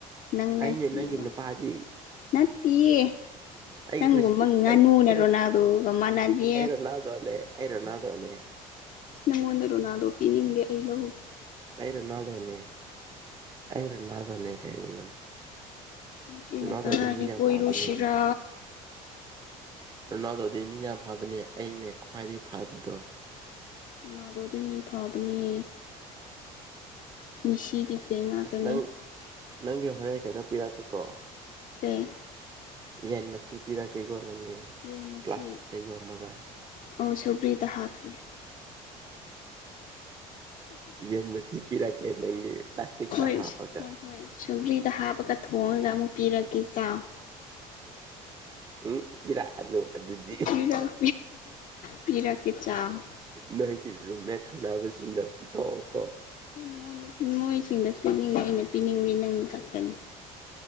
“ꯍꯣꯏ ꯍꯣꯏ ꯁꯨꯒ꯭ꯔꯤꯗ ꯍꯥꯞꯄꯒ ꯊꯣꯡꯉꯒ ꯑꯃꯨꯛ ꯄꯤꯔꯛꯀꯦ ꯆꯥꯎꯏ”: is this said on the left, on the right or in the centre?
Left